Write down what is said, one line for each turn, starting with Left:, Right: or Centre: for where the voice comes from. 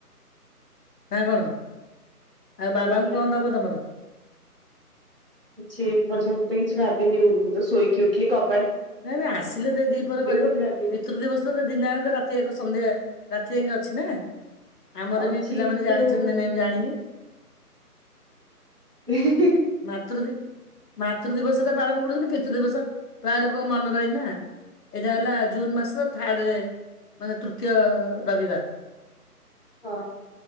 Left: ନା କଣ? ଆଉ ବାବାଙ୍କୁ
Right: ଆଜ୍ଞା।
Left: କଣ ଦବ ତମର?
Right: କିଛି ଏ ପର୍ଯ୍ୟନ୍ତ ତ କିଛି ଭାବିନି ମୁଁ ତ ଶୋଇକି ଉଠିଲି କ
Left: ନାଇଁ ନାଇଁ ଆସିଲେ ଦେ ଦିପରେ କରିବ
Right: କିଛି ଭାବିନି।
Left: ପିତୃ ଦିବସ ତ ଦିନଆକ ରାତି ଆକ ସନ୍ଧ୍ୟା। ରାତି ଯାଙ୍କେ ଅଛି ନା। ଆମର
Right: ଅଛି
Left: ବି ପିଲାମାନେ
Right: କିନ୍ତୁ
Left: ଜାଣିଛନ୍ତି ନା ନାଇଁ ମୁଁ ଜାଣିନି। <inaudible>
Right: ହୁଁ।
Left: ମାତୃ ଦ ମାତୃ ଦିବସଟ ପାଳନ କରନ୍ତିନି। ପିତୃ ଦିବସ ପ୍ରାୟ ଲୋକଙ୍କ ମନେ ରହେନା। ଏଇଟା ହେଲା ଜୁନ ମାସର ଥାର୍ଡ ମାନେ ତୃତୀୟ ରବିବାର।
Right: ହଁ